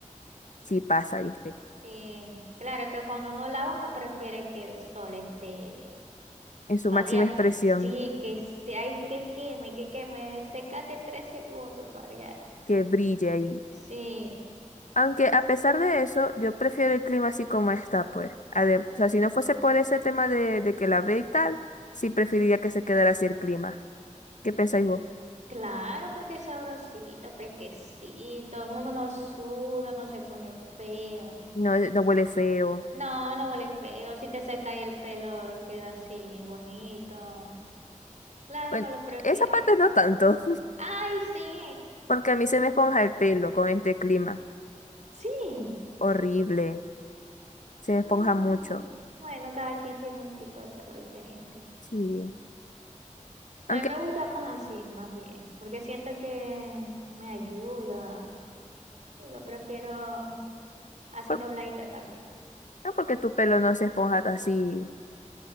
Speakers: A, on the left; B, on the right.
A: sí pasa, viste,
B: Sí, claro que cuando uno lava uno prefiere que el sol esté
A: en su
B: radiante.
A: máxima expresión,
B: Sí, que se, ay, que queme, que queme, secate en tres segundos para allá.
A: que brille ahí.
B: Sí,
A: Aunque a pesar de eso, yo prefiero el clima así como está, pues. Adem- o sea, si no fuese por ese tema de, de que la ve y tal, sí preferiría que se quedara así el clima. ¿Qué pensáis vos?
B: claro, porque es sabrosito, fresquecito, uno no suda, no se pone feo.
A: No, eh, no huele feo.
B: No, no huele feo, si te seca y el pelo queda así bonito. Claro,
A: Bueno,
B: no lo prefiere.
A: esa parte no tanto,
B: Ay, sí,
A: <laughs> porque a mí se me esponja el pelo con este clima.
B: sí.
A: Horrible. Se me esponja
B: Mm,
A: mucho.
B: bueno, cada quien tiene un tipo de pelo diferente.
A: Sí. Aunque,
B: A mí me gusta más así, más bien, porque siento que me ayuda. que Lo prefiero así
A: por-
B: nubladito también.
A: no porque tu pelo no se esponja así.